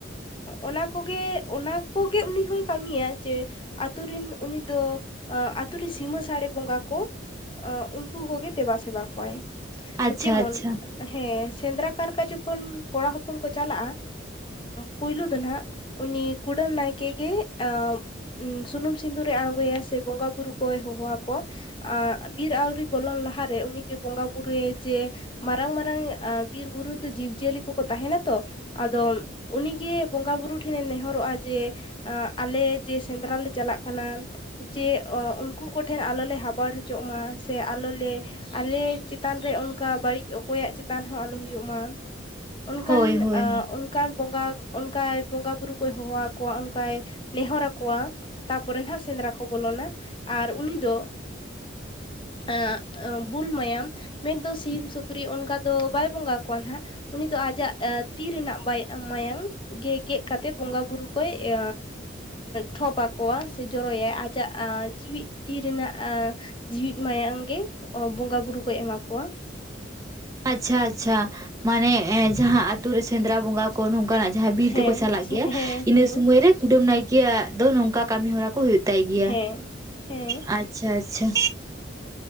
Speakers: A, on the left (about 25°); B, on the right (about 15°).
A: ᱚᱱᱟ ᱠᱚᱜᱮ ᱚᱱᱟ ᱠᱚᱜᱮ ᱩᱱᱤ ᱦᱚᱭ ᱠᱟᱹᱢᱤᱭᱟ ᱡᱮ ᱟᱛᱩ ᱨᱤᱱ ᱩᱱᱤ ᱫᱚ ᱟᱛᱩ ᱨᱮ ᱥᱤᱢᱟᱹ ᱥᱟᱹᱲᱮ ᱵᱚᱸᱜᱟ ᱠᱚ ᱩᱱᱠᱩ ᱠᱚᱜᱮ ᱫᱮᱵᱟ ᱥᱮᱵᱟ ᱠᱚᱣᱟᱭ
B: ᱟᱪᱪᱷᱟ
A: ᱡᱮᱢᱚᱱ
B: ᱟᱪᱪᱷᱟ
A: ᱦᱮᱸ ᱥᱮᱸᱫᱽᱨᱟ ᱠᱟᱨᱠᱟ ᱡᱚᱠᱷᱚᱱ ᱠᱚᱲᱟ ᱦᱚᱯᱚᱱ ᱠᱚ ᱪᱟᱞᱟᱜᱼᱟ, ᱯᱳᱭᱞᱳ ᱫᱚ ᱱᱟᱦᱟᱜ ᱩᱱᱤ ᱠᱩᱰᱟᱹᱢ ᱱᱟᱭᱠᱮ ᱜᱮ ᱮᱻ ᱥᱩᱱᱩᱢ ᱥᱤᱸᱫᱩᱨᱮ ᱟᱬᱜᱚᱭᱟ ᱥᱮ ᱵᱚᱸᱜᱟ ᱵᱩᱨᱩ ᱠᱚᱭ ᱦᱚᱦᱚᱣᱟᱠᱚᱣᱟ ᱵᱤᱨ ᱟᱹᱣᱨᱤ ᱵᱚᱞᱚᱱ ᱞᱟᱦᱟᱨᱮ ᱩᱱᱤᱜᱮ ᱵᱚᱸᱜᱟ ᱵᱩᱨᱩ ᱡᱮ ᱢᱟᱨᱟᱝ ᱢᱟᱨᱟᱝ ᱵᱤᱨ ᱵᱩᱨᱩ ᱫᱚ ᱡᱤᱵᱽ ᱡᱤᱭᱟᱹᱞᱤ ᱠᱚᱠᱚ ᱛᱟᱦᱮᱱᱟ ᱛᱚ᱾ ᱟᱫᱚ ᱩᱱᱤᱜᱮ ᱵᱚᱸᱜᱟ ᱵᱩᱨᱩ ᱴᱷᱮᱱᱮ ᱱᱮᱦᱚᱨᱚᱜᱼᱟ ᱡᱮ ᱟᱞᱮ ᱡᱮ ᱥᱮᱸᱫᱽᱨᱟ ᱞᱮ ᱪᱟᱞᱟᱜ ᱠᱟᱱᱟ ᱡᱮ ᱩᱱᱠᱩ ᱠᱚᱴᱷᱮᱱ ᱟᱞᱚ ᱞᱮ ᱦᱟᱵᱟᱲ ᱦᱚᱪᱚᱜ ᱢᱟ ᱥᱮ ᱟᱞᱚᱞᱮ ᱟᱞᱮ ᱪᱮᱛᱟᱱ ᱨᱮ ᱚᱱᱠᱟ ᱵᱟᱹᱲᱤᱡ ᱚᱠᱚᱭᱟᱜ ᱪᱮᱛᱟᱱ ᱨᱮᱦᱚᱸ ᱟᱞᱚ ᱦᱩᱭᱩᱜ ᱢᱟ᱾ ᱚᱱᱠᱟᱱ
B: ᱦᱳᱭ ᱦᱳᱭ
A: ᱚᱱᱠᱟᱱ ᱵᱚᱸᱜᱟ ᱚᱱᱠᱟᱭ ᱵᱚᱸᱜᱟ ᱵᱩᱨᱩ ᱠᱚᱭ ᱦᱚᱦᱚ ᱟᱠᱚᱣᱟ ᱚᱱᱠᱟᱭ ᱱᱮᱦᱚᱨ ᱟᱠᱚᱣᱟ᱾ ᱛᱟᱨᱯᱚᱨᱮ ᱱᱟᱦᱱᱟᱜ ᱥᱮᱸᱫᱽᱨᱟ ᱠᱚ ᱵᱚᱞᱚᱱᱟ ᱟᱨ ᱩᱱᱤ ᱫᱚ ᱮ ᱵᱩᱞ ᱢᱟᱭᱟᱢ ᱢᱮᱱᱫᱚ ᱥᱤᱢ ᱥᱩᱠᱨᱤ ᱚᱱᱠᱟ ᱫᱚ ᱵᱟᱭ ᱵᱚᱸᱜᱟ ᱠᱚᱣᱟᱭ ᱱᱟᱦᱟᱜ᱾ ᱩᱱᱤ ᱫᱚ ᱟᱡᱟᱜ ᱛᱤ ᱨᱮᱱᱟᱜ ᱢᱟ ᱢᱟᱭᱟᱝ ᱜᱮ ᱜᱮᱫ ᱠᱟᱛᱮᱫ ᱵᱚᱸᱜᱟ ᱵᱩᱨᱩ ᱠᱚᱭ ᱮᱻ ᱴᱷᱚᱯ ᱟᱠᱚᱣᱟ ᱥᱮ ᱡᱚᱨᱚᱭᱟᱭ ᱟᱡᱟᱜ ᱡᱤᱣᱮᱫ ᱛᱤ ᱨᱮᱱᱟᱜ ᱮᱻ ᱡᱤ ᱢᱟᱭᱟᱝ ᱜᱮ ᱵᱚᱸᱜᱟ ᱵᱩᱨᱩ ᱠᱚᱭ ᱮᱢᱟ ᱠᱚᱣᱟ᱾
B: ᱟᱪᱪᱷᱟ ᱟᱪᱪᱷᱟ ᱢᱟᱱᱮ ᱡᱟᱦᱟᱸ ᱟᱛᱩ ᱨᱮ ᱥᱮᱸᱫᱽᱨᱟ ᱵᱚᱸᱜᱟ ᱠᱚ ᱱᱚᱝᱠᱟᱱᱟᱜ ᱡᱟᱦᱟᱸ ᱵᱤᱨ
A: ᱦᱮᱸ
B: ᱛᱮᱠᱚ ᱪᱟᱞᱟᱜ ᱜᱮᱭᱟ
A: ᱦᱮᱸ
B: ᱤᱱᱟᱹ
A: ᱦᱮᱸ
B: ᱥᱩᱢᱚᱭ ᱨᱮ ᱠᱩᱰᱟᱹᱢ ᱱᱟᱭᱠᱮᱭᱟᱜ ᱫᱚ ᱱᱚᱝᱠᱟ ᱠᱟᱹᱢᱤ ᱦᱚᱨᱟ ᱠᱚ ᱦᱳᱭ ᱛᱟᱭ ᱜᱮᱭᱟ
A: ᱦᱮᱸ ᱦᱮᱸ
B: ᱟᱨ ᱟᱪᱪᱷᱟᱼᱟᱪᱪᱷᱟ